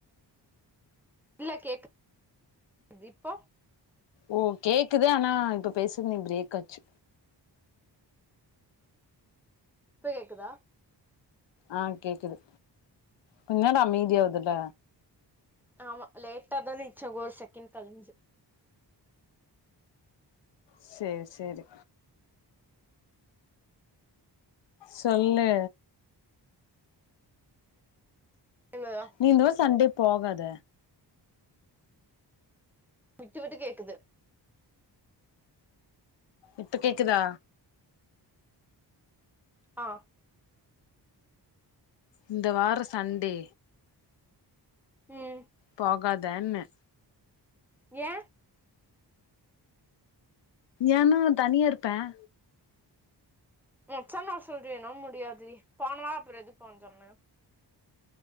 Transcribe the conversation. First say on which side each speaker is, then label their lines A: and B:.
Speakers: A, in the centre; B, on the left.
A: இல்ல கேக் து இப்போ
B: ஓ கேக்குது ஆனா இப்ப பேசுறது நீ பிரேக் ஆச்சு
A: இப்ப கேக்குதா
B: ஆ கேக்குது கொஞ்ச நேரோ அமைதியாகுதுல
A: ஆமா லேட்டாதா இச்சங்கு ஒரு செகண்ட் கலுஞ்சு
B: செரி செரி சொல்லு
A: இங்கதா
B: நீ இந்ததடவ சண்டே போகாத
A: விட்டு விட்டு கேக்குது
B: இப்ப கேக்குதா
A: அ
B: இந்த வாரோ சண்டே
A: ம்
B: போகாத ன்னே
A: ஏ
B: ஏனா நா தனியா இருப்பேன்
A: உச்சன்னா சொல்து என்னோ முடியாது டி போன வாரோ அப்புற எதுக்கு போனு சொன்னே